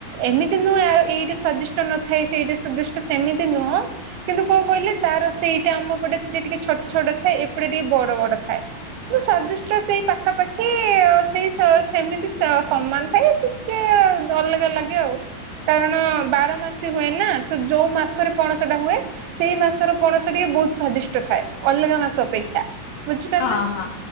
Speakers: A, on the right (about 75°); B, on the left (about 80°).
A: ଏମିତି ନୁହେଁ ଆଉ ଏଇଟା ସ୍ଵାଦିଷ୍ଟ ନଥାଏ ସେଇଟା ସ୍ଵାଦିଷ୍ଟ ସେମିତି ନୁହଁ କିନ୍ତୁ କଣ କହିଲେ ତାର ସେଇଟା ଆମ ପଟେ ଥିଲେ ଟିକେ ଛୋ ଛୋଟ ଥାଏ ଏପଟେ ଟିକେ ବଡ ବଡ ଥାଏ ସ୍ଵାଦିଷ୍ଟ
B: ହଁ
A: ସେଇ ପାଖାପାଖି କି ସେଇ ସେମିତି ସମାନ ଥାଏ ଟିକେ ଅଲଗା ଅଲଗା ଆଉ କାରଣ ବାର ମାସ ହୁଏ ନା ତ ଯୋଉ ମାସରେ ପଣସ ଟା ହୁଏ ସେଇ ମାସର ପଣସ ଟିକେ ବହୁତ ସ୍ଵାଦିଷ୍ଟ ଥାଏ ଅଲଗା ମାସ ଅପେକ୍ଷା ବୁଝିପାରିଲେନା
B: ହଁ ହଁ